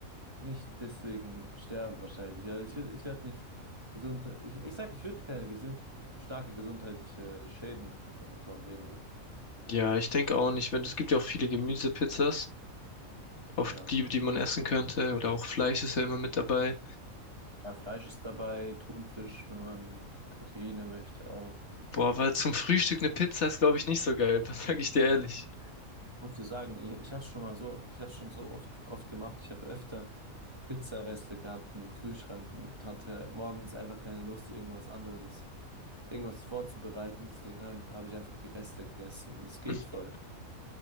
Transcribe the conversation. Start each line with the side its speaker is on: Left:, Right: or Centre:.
Right: nicht deswegen sterben wahrscheinlich. Also ich würde, ich werde nicht gesund. Ich, ich sag, ich würde keine gesund, starke gesundheitliche Schäden davon bekommen, irgendwie.
Left: Ja, ich denke auch nicht, wenn es gibt ja auch viele Gemüsepizzas. auf
Right: Ja.
Left: die, die man essen könnte. Oder auch Fleisch ist ja immer mit dabei.
Right: Ja, Fleisch ist dabei, Thunfisch, wenn man Proteine möchte auch.
Left: Boah, aber zum Frühstück eine Pizza ist, glaube ich, nicht so geil. <laughs> Was sag ich dir ehrlich?
Right: Muss ich sagen, ich, ich habe es schon mal so, ich habe schon so oft, oft gemacht. Ich habe öfter Pizzareste gehabt im Kühlschrank und hatte morgens einfach keine Lust, irgendwas anderes, irgendwas vorzubereiten. Deswegen habe ich, hab ich einfach die Reste gegessen. Es geht
Left: Hm,
Right: voll.